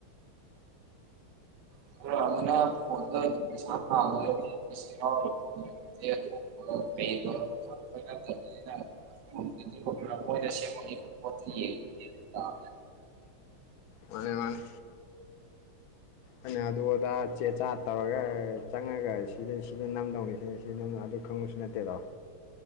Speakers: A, on the right; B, on the left.
A: <unintelligible> <unintelligible> <unintelligible>
B: ꯃꯥꯅꯤ ꯃꯥꯅꯤ ꯑꯩꯅ ꯑꯗꯨ ꯑꯗꯥ ꯆꯦ ꯆꯥ ꯇꯧꯔꯒ ꯆꯪꯉꯒ ꯁꯤꯗ ꯁꯤꯗꯩ ꯅꯝꯗꯧꯅꯤ ꯁꯤꯅꯤ ꯁꯤ ꯅꯪꯅ ꯑꯗꯨ ꯈꯪꯉꯨꯁꯨ ꯅꯠꯇꯦꯗꯣ